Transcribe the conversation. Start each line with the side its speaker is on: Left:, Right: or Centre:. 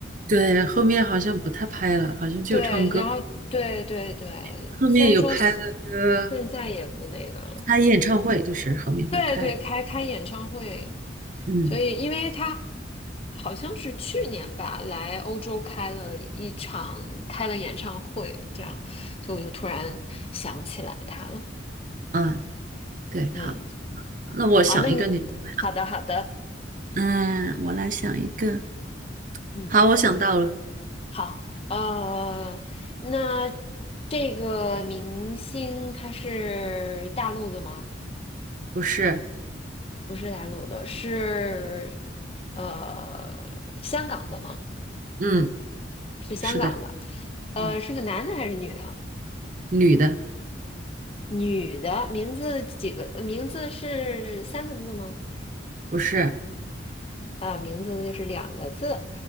Right: 对，后面好像不太拍了，好像就唱歌。
Left: 对，然后对对对，
Right: 后面有拍了个
Left: 虽然说现在也不那个了。
Right: 开演唱会，就是后面会开。
Left: 对对，开开演唱会，
Right: 嗯
Left: 所以因为他好像是去年吧，来欧洲开了一场，开了演唱会，这样，所以我就突然想起来他了。
Right: 啊，对，
Left: 嗯，
Right: 好，那我想一个你来问。
Left: 好，那你好的好的，
Right: 嗯，我来想一个。
Left: 嗯，
Right: 好，我想到了，
Left: 好，呃，那这个明星他是大陆的吗？
Right: 不是，
Left: 不是大陆的，是呃香港的吗？
Right: 嗯，
Left: 是香港的，
Right: 是的，
Left: 呃，
Right: 嗯，
Left: 是个男的还是女的？
Right: 女的，
Left: 女的，名字几个？呃名字是三个字吗？
Right: 不是，
Left: 啊、名字就是两个字。